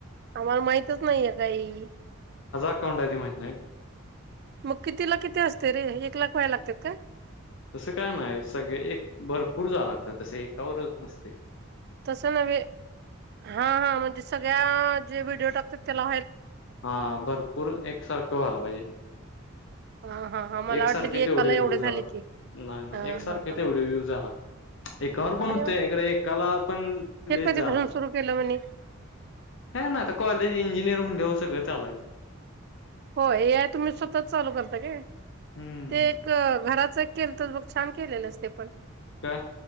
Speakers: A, on the right; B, on the left.
A: आम्हाला माहितच नाहीये काही
B: मण
A: मग किती ला किती असते रे एक लाख व्हायला लागतात का
B: तसं काय नाही सगळे एक भरपूर जावं लागतं तसे एकावरच नसते
A: तस न् हा हा म्हणजे सगळ्या जे व्हिडिओ टाक तेला
B: हा भरपूर एकसारखं व्हाला पाहिजे
A: हा हा हा मला
B: एकसारखे
A: वाटलं की एकाला
B: तेवढे व्ह्यू
A: एवढे
B: झाला
A: झाले की
B: नाही ना
A: हा
B: एकसारखे
A: हा हा
B: तेवढे व्ह्यू झाला एकावर पण
A: अरे
B: होते
A: वा
B: एकाला पण
A: हे
B: लेस
A: कधीपासून
B: झाला
A: सुरू केलं म्हणे
B: ह ना आता कॉलेज इंजिनियर म्हण कं घ आलाय
A: हो एय तुम्ही स्वतत चालू करता का
B: हम्म
A: ते एक घरात केलं तर ब छान केलेलंच ते पण
B: काय